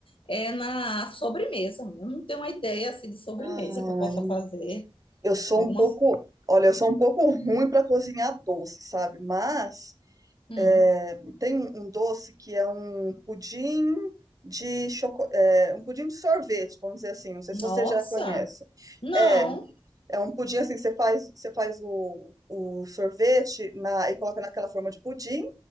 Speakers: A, on the left; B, on the right.
A: é na sobremesa. Eu não tenho uma ideia assim, de sobremesa
B: Ai,
A: que eu possa fazer.
B: eu sou
A: Alguma?
B: um pouco, olha, eu sou um pouco ruim para cozinhar doce, sabe? Mas
A: Hum,
B: é, tem um um doce que é um pudim de choco, é, um pudim de sorvete, vamos dizer assim. Não sei
A: Nossa!
B: se você já conhece.
A: Não!
B: É, é um pudim assim que você faz, você faz o, o sorvete na, e coloca naquela forma de pudim,